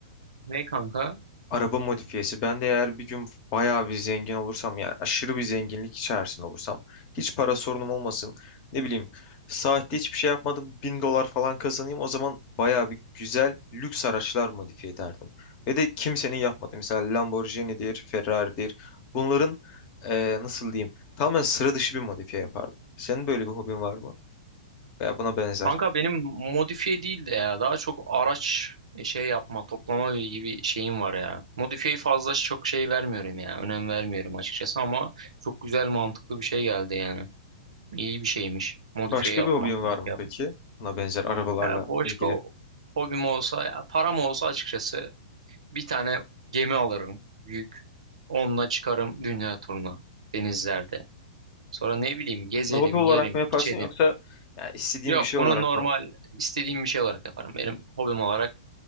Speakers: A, on the right; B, on the left.
A: Ne kanka?
B: Araba modifiyesi. Ben de eğer bir gün bayağı bir zengin olursam yani aşırı bir zenginlik içerisinde olursam hiç para sorunum olmasın. Ne bileyim saatte hiçbir şey yapmadım bin dolar falan kazanayım o zaman bayağı bir güzel lüks araçlar modifiye ederdim. Ve de kimsenin yapmadığı mesela Lamborghini'dir, Ferrari'dir. Bunların eee, nasıl diyeyim tamamen sıra dışı bir modifiye yapardım. Senin böyle bir hobin var mı? Veya buna benzer.
A: Kanka benim modifiye değil de ya daha çok araç e, şey yapma toplama gibi şeyim var ya. Modifiye fazla çok şey vermiyorum ya. Önem vermiyorum açıkçası ama çok güzel mantıklı bir şey geldi yani. İyi bir şeymiş. Modifiye
B: Başka
A: yapmak,
B: bir hobin
A: modifiye
B: var mı
A: yapmak.
B: peki? Buna benzer arabalarla
A: Ya Boşko
B: ilgili.
A: hobim olsa ya param olsa açıkçası bir tane gemi alırım büyük. Onunla çıkarım dünya turuna denizlerde. Sonra ne bileyim gezerim,
B: Hobi olarak
A: yerim,
B: mı yaparsın
A: içerim.
B: yoksa yani istediğin
A: Yok
B: bir şey
A: bunu
B: olarak
A: normal
B: mı?
A: istediğim bir şey olarak yaparım. Benim hobim olarak.